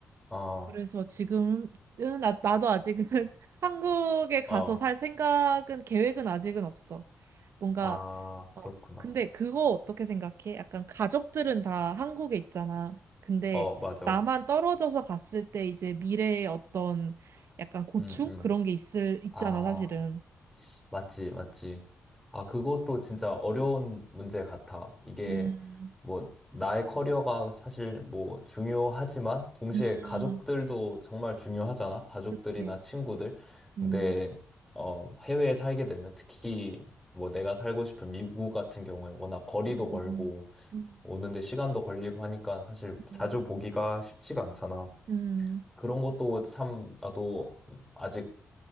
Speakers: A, in the centre; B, on the right.
A: 어,
B: 그래서 지금은 나, 나도 아직은 <laughs> 한국에 가서
A: 어.
B: 살 생각은 계획은 아직은 없어. 뭔가
A: 아,
B: 어
A: 그렇구나.
B: 근데 그거 어떻게 생각해? 약간 가족들은 다 한국에 있잖아. 근데
A: 어, 맞아.
B: 나만 떨어져서 갔을 때 이제 미래의 어떤 약간 고충
A: 음, 음.
B: 그런 게 있을 있잖아,
A: 아.
B: 사실은.
A: 맞지, 맞지. 아, 그것도 진짜 어려운 문제 같아. 이게
B: 음.
A: 뭐 나의 커리어가 사실 뭐 중요하지만 동시에
B: 음.
A: 가족들도 정말 중요하잖아. 가족들이나
B: 그치.
A: 친구들.
B: 음.
A: 근데 어, 해외에 살게 되면 특히 뭐 내가 살고 싶은 미국 같은 경우에 워낙 거리도
B: 음.
A: 멀고
B: 음.
A: 오는데 시간도 걸리고 하니까 사실
B: 음.
A: 자주 보기가 쉽지가 않잖아.
B: 음.
A: 그런 것도 참 나도 아직